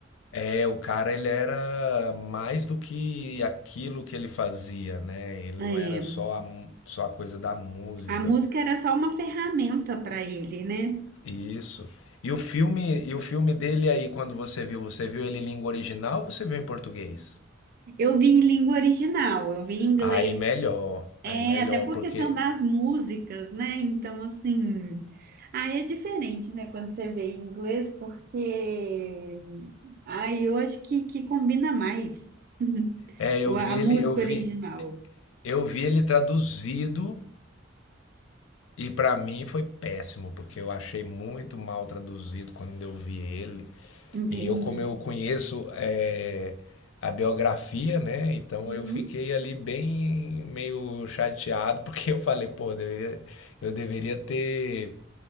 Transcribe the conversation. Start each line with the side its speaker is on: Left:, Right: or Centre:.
Left: É, o cara ele era mais do que aquilo que ele fazia, né? Ele
Right: É,
Left: não era só a, mu- só a coisa da música.
Right: a música era só uma ferramenta para ele, né?
Left: E Isso. E o filme, e o filme dele aí, quando você viu, você viu ele em língua original ou você viu em português?
Right: Eu vi em língua original, eu vi em inglês.
Left: Aí melhor, aí
Right: É,
Left: melhor,
Right: até por
Left: porque
Right: questão das músicas, né? Então, assim, aí é diferente, né, quando você vê em inglês, porque aí eu acho que, que combina mais
Left: é, eu
Right: o-
Left: vi
Right: a
Left: ele,
Right: música
Left: eu vi,
Right: original.
Left: eu vi ele traduzido e pra mim foi péssimo, porque eu achei muito mal traduzido quando eu vi ele.
Right: Entende?
Left: E eu, como eu conheço é, a biografia, né? Então
Right: Uhum.
Left: eu fiquei ali bem meio chateado, <laughs> porque eu falei, pô, eu deveria, eu deveria ter,